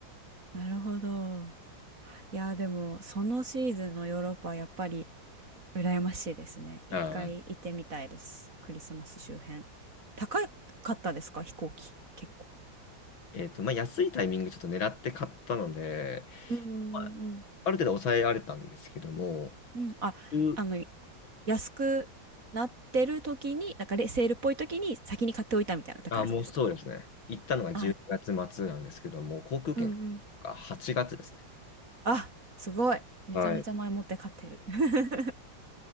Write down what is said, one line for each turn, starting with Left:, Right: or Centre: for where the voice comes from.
Right: なるほど。いや、でも、そのシーズンのヨーロッパはやっぱり羨ましいですね。一回行ってみたいです。
Left: あー
Right: クリスマス周辺。高かったですか飛行機。結構。
Left: えっと、まあ、安いタイミングちょっと狙って買ったので、
Right: うんうんうん。
Left: まあ、ある程度抑えられたんですけども、
Right: うん。あ、
Left: 11
Right: あの、安くなってる時に、なんかレセールっぽい時に先に買っておいたみたいな感じですか
Left: あ、もうそうですね。行ったのが12月末なんですけども、
Right: あ、
Left: 航空券
Right: うんうん。
Left: が8月ですね。
Right: あ、すごい。めちゃめちゃ前もって買ってる。
Left: はい。
Right: <laughs>